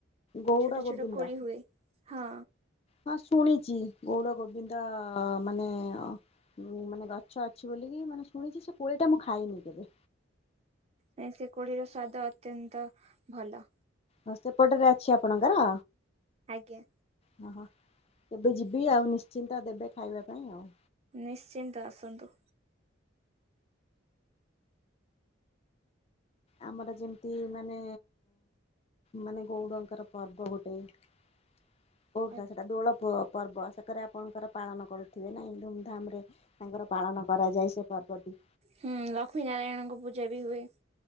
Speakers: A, on the left; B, on the right.
A: ଗଉଡ
B: ଛୋଟ
A: ଗୋବିନ୍ଦ।
B: ଛୋଟ କୋଳି ହୁଏ। ହଁ,
A: ହଁ ଶୁଣିଛି ଗୌର ଗୋବିନ୍ଦ ମାନେ ଉଁ ମାନେ ଗଛ ଅଛି ବୋଲିକି ମାନେ ଶୁଣିଛି ସେ କୋଳି ଟା ମୁଁ ଖାଇନି କେବେ?
B: ନାଁ ସେ କୋଳି ର ସ୍ଵାଦ ଅତ୍ୟନ୍ତ ଭଲ।
A: ହଁ ସେପଟରେ ଅଛି ଆପଣଙ୍କର।
B: ଆଜ୍ଞା,
A: ହ ହଁ କେବେ ଯିବି ଆଉ ନିଶ୍ଚିନ୍ତ ଦେବେ ଖାଇବା ପାଇଁ ଆଉ।
B: ନିଶ୍ଚିନ୍ତ ଆସନ୍ତୁ।
A: ଆମର ଯେମିତି ମାନେ ମାନେ ଗଉଡ଼ଙ୍କର ପର୍ବ ଗୋଟେ କୋଉଟଟା
B: ଆଜ୍ଞା।
A: ସେଟା ଦୋଳ ପୁଅ ପର୍ବ ସେକରେ ଆପଣଙ୍କର ପାଳନ କରୁଥିବେ ନାହିଁ ଧୁମ ଧାମରେ। ତାଙ୍କର ପାଳନ କରାଯାଏ। ସେ ପର୍ବଟି।
B: ହୁଁ ଲକ୍ଷ୍ମୀ ନାରାୟଣଙ୍କ ପୂଜା ବି ହୁଏ।